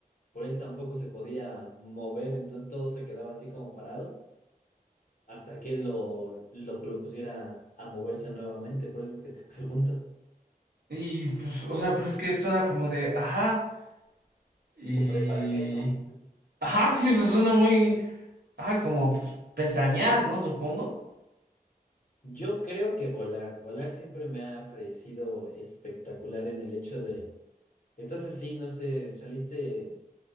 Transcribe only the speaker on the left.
pero él tampoco se podía mover, entonces todo se quedaba así como parado hasta que él lo, lo, lo pusiera a moverse nuevamente. Por eso es que te <laughs> pregunto,
como de para qué, ¿no?
Yo creo que volar, volar siempre me ha parecido espectacular en el hecho de Estás así, no sé, saliste